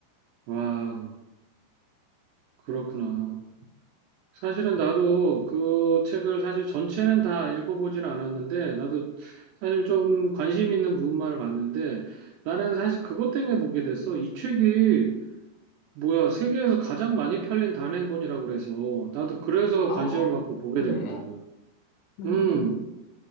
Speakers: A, on the right; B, on the left.
A: 와, 그렇구나. 사실은 나도 그 책을 사실 전체는 다 읽어보지는 않았는데, 나도 사실 좀 관심 있는 부분만을 봤는데, 나는 사실 그것 때문에 보게 됐어. 이 책이, 뭐야, 세계에서 가장 많이 팔린 단행본이라고 그래서, 나도 그래서
B: 어?
A: 관심을 받고 보게
B: 그래?
A: 됐거든.
B: 음,
A: 음,